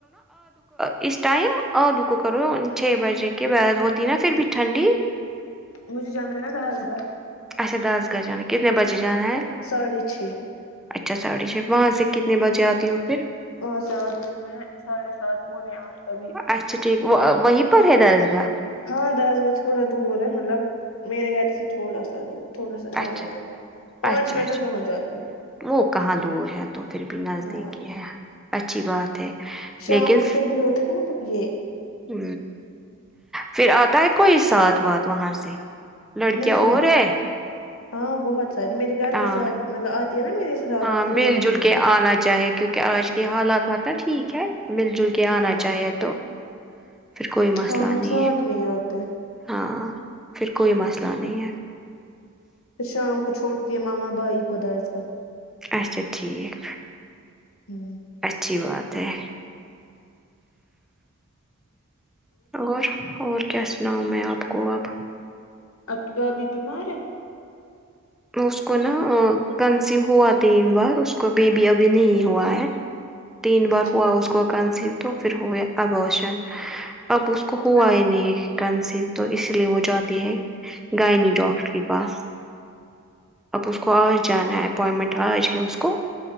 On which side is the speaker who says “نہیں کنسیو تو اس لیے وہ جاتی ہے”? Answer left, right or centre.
Centre